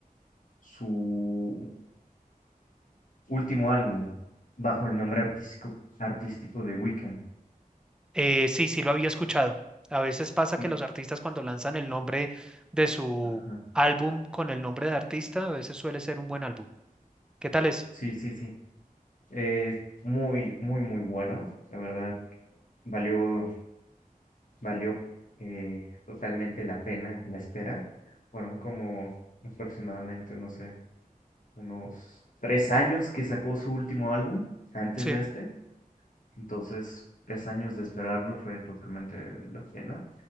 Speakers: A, on the left; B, in the centre.
A: su último álbum bajo el nombre artístico, artístico de Weeknd.
B: Eh, sí, sí lo había escuchado. A veces pasa
A: L-
B: que los artistas cuando lanzan el nombre de su
A: ajá,
B: álbum con el nombre de artista, a veces suele ser un buen álbum. ¿Qué tal es?
A: Sí, sí, sí. Eh, muy, muy, muy bueno. La verdad, valió, valió eh, totalmente la pena la espera. Fueron como aproximadamente, no sé, unos tres años que sacó su último álbum antes
B: Sí,
A: de este. Entonces, tres años de esperarlo fue totalmente la pena.